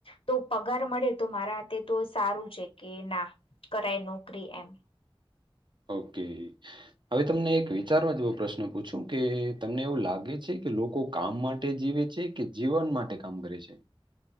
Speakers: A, on the left (about 70°); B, on the right (about 55°).
A: તો પગાર મળે તો મારા હાથે તો સારું છે કે ના કરાય નોકરી એમ
B: ઓકે. હવે તમને એક વિચારવા જેવો પ્રશ્ન પૂછું કે તમને એવું લાગે છે કે લોકો કામ માટે જીવે છે કે જીવન માટે કામ કરે છે.